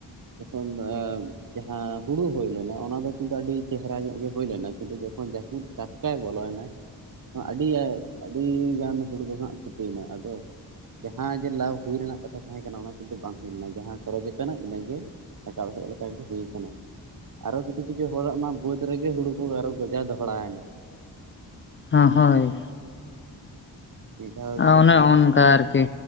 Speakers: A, on the right; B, on the left.
A: ᱡᱚᱠᱷᱚᱱ ᱡᱟᱦᱟᱸ ᱦᱩᱲᱩ ᱦᱩᱭ ᱞᱮᱱᱟ ᱚᱱᱟ ᱫᱚ ᱠᱤᱱᱛᱩ ᱟᱹᱰᱤ ᱪᱮᱦᱨᱟ ᱧᱚᱜ ᱜᱮ ᱦᱩᱭ ᱞᱮᱱᱟ ᱠᱤᱱᱛᱩ ᱡᱚᱠᱷᱚᱱ ᱡᱟᱹᱯᱩᱫ ᱪᱟᱥ <unintelligible> ᱵᱚᱞᱚᱭᱮᱱᱟ ᱟᱹᱰᱤ ᱟᱹᱰᱤᱜᱟᱱ ᱦᱩᱲᱩ ᱫᱚ ᱦᱟᱸᱜ ᱠᱷᱩᱛᱤᱭᱮᱱᱟ ᱟᱫᱚ ᱡᱟᱦᱟᱸ ᱡᱮ ᱞᱟᱵᱷ ᱦᱩᱭ ᱨᱮᱱᱟᱜ ᱠᱟᱛᱷᱟ ᱛᱟᱦᱮᱸ ᱠᱟᱱᱟ ᱚᱱᱟ ᱠᱤᱱᱛᱩ ᱵᱟᱝ ᱦᱩᱭ ᱞᱮᱱᱟ, ᱡᱟᱦᱟᱸ ᱠᱷᱚᱨᱚᱪ ᱟᱠᱟᱱᱟ ᱤᱱᱟᱹᱜᱮ ᱨᱟᱠᱟᱵ ᱦᱮᱡ ᱞᱮᱠᱟ ᱜᱮ ᱦᱩᱭ ᱟᱠᱟᱱᱟ᱾ ᱟᱨᱚ ᱠᱤᱪᱷᱩ ᱠᱤᱪᱷᱩ ᱦᱚᱲᱟᱜ ᱢᱟ ᱵᱟᱹᱫᱽ ᱨᱮᱜᱮ ᱦᱩᱲᱩ ᱠᱚ ᱟᱨᱚ ᱜᱚᱡᱟᱣ ᱫᱚᱦᱚᱲᱟᱭᱮᱱᱟ
B: ᱦᱳᱭ
A: ᱢᱤᱫ ᱫᱷᱟᱣ ᱠᱤᱱᱛᱩ
B: ᱚᱱᱮ
A: ᱵᱷᱟᱹᱜᱤ
B: ᱚᱱᱠᱟ ᱟᱨᱠᱤ